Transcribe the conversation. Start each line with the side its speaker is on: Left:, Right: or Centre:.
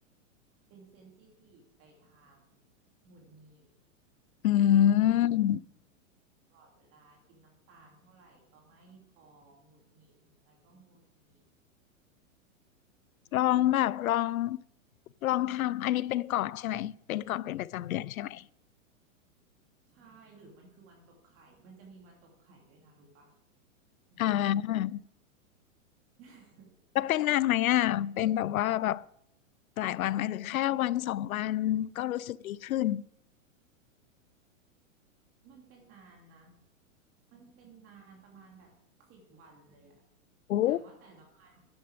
Right: เป็นเซนซิทีฟไปทางหงุดหงิด
Left: อื
Right: อยาก
Left: ม
Right: ตลอดเวลากินน้ำตาลเท่าไหร่ก็ไม่พอหงุดหงิดเห็นอะไรก็หงุดหงิด
Left: ลองแบบลองลองทำอันนี้เป็นก่อนใช่ไหมเป็นก่อนเป็นประจำเดือนใช่ไหม
Right: ใช่หรือมันคือวันตกไข่มันจะมีวันตกไข่ด้วยนะรู้ปะมันจะมีแบบ
Left: อ่า
Right: <laughs>
Left: แล้วเป็นนานไหมอ่ะเป็นแบบว่าแบบหลายวันไหมหรือแค่วันสองวันก็รู้สึกดีขึ้น
Right: มันเป็นนานนะ มันเป็นนานประมาณแบบสิบวันเลยอะ
Left: โอ้
Right: แต่ว่าแต่ละวัน